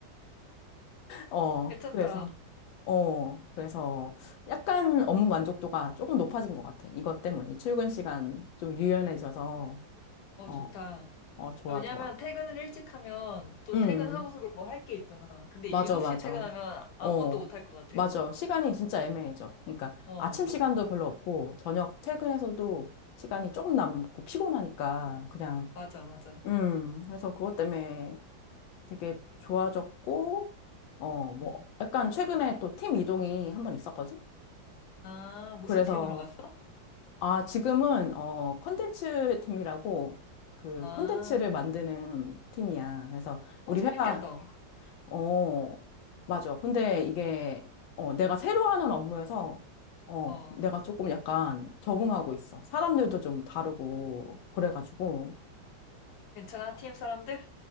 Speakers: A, on the left (about 85°); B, on the left (about 65°).
A: 어,
B: 괜찮다.
A: 그래서, 어, 그래서 약간 업무 만족도가 조금 높아진 것 같아. 이것 때문에. 이 출근 시간 좀 유연해져서,
B: 어,
A: 어,
B: 좋다.
A: 어, 좋아,
B: 왜냐면
A: 좋아.
B: 퇴근을 일찍 하면 또
A: 음.
B: 퇴근하고서도 뭐 할 게 있잖아. 근데
A: 맞아,
B: 7시에
A: 맞아.
B: 퇴근하면 아무것도
A: 어,
B: 못 할 것 같아.
A: 맞아. 시간이 진짜 애매해져. 그러니까
B: 어, 어.
A: 아침 시간도 별로 없고, 저녁 퇴근해서도 시간이 조금 남고, 피곤하니까, 그냥,
B: 맞아, 맞아.
A: 음, 그래서 그것 때문에 되게 좋아졌고, 어, 뭐,
B: 음.
A: 약간 최근에 또 팀 이동이 한번 있었거든?
B: 아,
A: 그래서,
B: 무슨 팀으로 갔어?
A: 아, 지금은, 어, 컨텐츠 팀이라고, 그
B: 아,
A: 컨텐츠를 만드는 팀이야. 그래서
B: 어,
A: 우리
B: 재밌겠다.
A: 회사, 어, 맞아. 근데 이게, 어, 내가 새로 하는 업무여서, 어,
B: 어.
A: 내가 조금 약간 적응하고 있어. 사람들도 좀 다르고, 그래가지고.
B: 괜찮아, 팀 사람들?